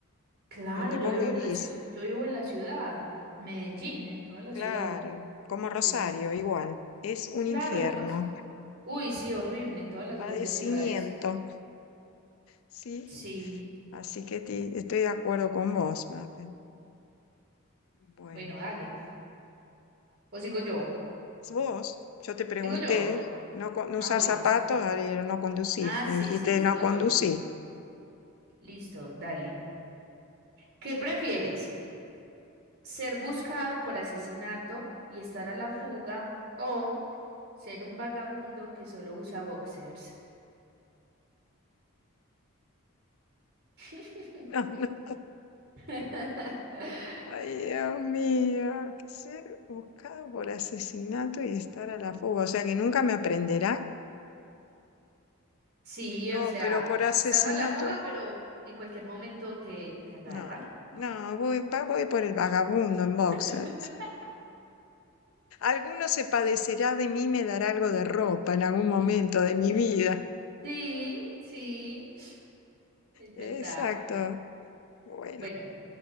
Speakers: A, on the right; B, on the left.
A: Claro,
B: Donde
A: yo
B: vos
A: vivo
B: vivís.
A: en la ciudad, yo vivo en la ciudad, en Medellín, en toda la ciudad.
B: Claro, como Rosario,
A: Entonces,
B: igual. Es un
A: claro,
B: infierno,
A: en todas. uy, sí, horrible, en todas las
B: padecimiento,
A: grandes ciudades.
B: ¿sí?
A: Sí,
B: Así que te- estoy de acuerdo con vos, Mafe. Bueno,
A: bueno, dale. O sigo yo.
B: vos, yo te pregunté,
A: Sigo yo.
B: no, co- no
A: Ah,
B: usar
A: bueno,
B: zapatos,
A: sí.
B: ahora era no conducir.
A: Ah,
B: Me
A: sí,
B: dijiste
A: sí, sigo
B: no conducir.
A: yo. Listo, dale. ¿Qué prefieres? ¿Ser buscado por asesinato y estar a la fuga o ser un vagabundo que solo usa boxers? <laughs>
B: <laughs> Ay, Dios mío, que ser buscado por asesinato y estar a la fuga, o sea que nunca me aprenderá.
A: Sí,
B: No,
A: o sea,
B: pero por asesinato,
A: estás a la fuga, pero en cualquier momento te, te agarran.
B: no, no, no, voy, va- voy por el vagabundo en boxer.
A: <laughs>
B: Alguno se padecerá de mí, me dará algo de ropa en algún momento de mi vida.
A: Sí, sí, es
B: Exacto.
A: verdad.
B: Bueno,
A: Bueno,